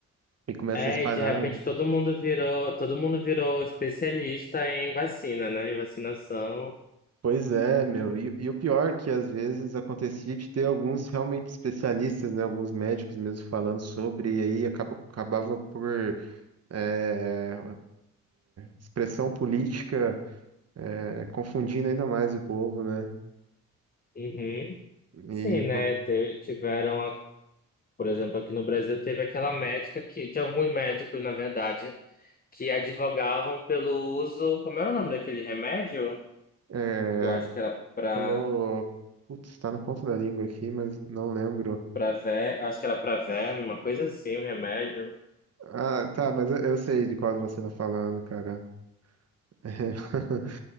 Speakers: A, on the right; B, on the left.
A: e começa
B: É,
A: a espalhar.
B: e de repente todo mundo virou, todo mundo virou especialista em vacina, né? Em vacinação.
A: Pois é, meu. E, e o pior é que às vezes acontecia de ter alguns realmente especialistas, né, alguns médicos mesmo falando sobre, e aí acaba, acabava por eh, expressão política eh, confundindo ainda mais o povo, né?
B: Uhum.
A: E
B: Sim, né?
A: pô,
B: Te- Tiveram, a- por exemplo, aqui no Brasil teve aquela médica que, de alguns médicos, na verdade, que advogavam pelo uso, como era o nome daquele remédio?
A: eh,
B: Eu acho que era pra,
A: Colou. Putz, tá na ponta da língua aqui, mas não lembro.
B: pra ver, acho que era pra verme, uma coisa assim, o remédio.
A: Ah, tá, mas eu, eu sei de qual você tá falando, cara. <laughs>